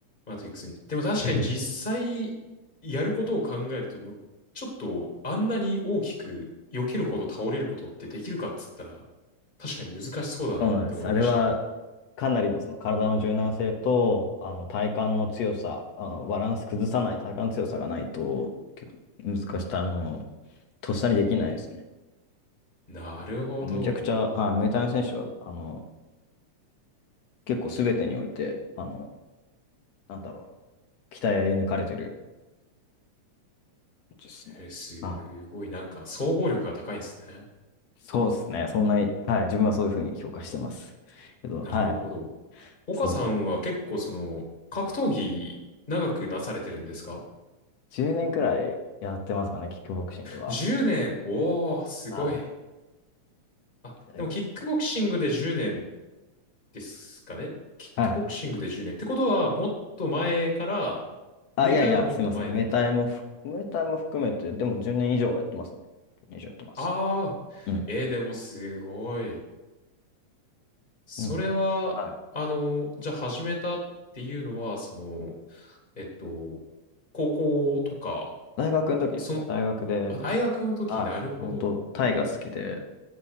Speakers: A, on the left; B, on the left.
A: マトリックスみたいな。でも確かに実際、
B: <laughs>
A: やることを考えると、もう、ちょっと、あんなに大きく、避けるほど倒れることってできるかっつったら、確かに難しそうだなって思いました、
B: そうなんです。あれは、
A: 今。
B: かなりのその体の柔軟性と、あの、体幹の強さ、あの、バランス崩さない体幹の強さがないと、結構難しい、あの、とっさにできないですね。
A: なるほど。
B: めちゃくちゃ、はい、ムエタイの選手は、あの、結構すべてにおいて、あの、なんだろうな、鍛え抜かれてるですね。
A: えーすごい、
B: はい
A: なんか、総合力が高いんですね。
B: そうですね。そんなに、はい、自分はそういうふうに評価してます。けど、
A: なるほど。
B: はい、
A: 岡さんは結構その、
B: そう。
A: 格闘技長くなされてるんですか
B: 10年くらいやってますかね、キックボクシングは。
A: ?10 年。おー、すごい。
B: はい。
A: あ、
B: 大学の
A: でもキックボクシングで10年ですかね。キックボクシングで10年。
B: はい。
A: ってことは、もっと前から、
B: あ、
A: ムエタイはもっと前にも。
B: いやいや、すいません。ムエタイもふ、ムエタイも含めて、でも10年以上はやってますね。1年以上やってます。
A: あー、
B: うん。
A: えー、でもすごい。それは、
B: うん。はい。
A: あの、じゃあ始めたっていうのは、その、えっと、高校とか、
B: 大学の時ですね。
A: その、
B: 大学で、
A: あ、大学の時、
B: はい。
A: なるほど。
B: 本当タイが好きで、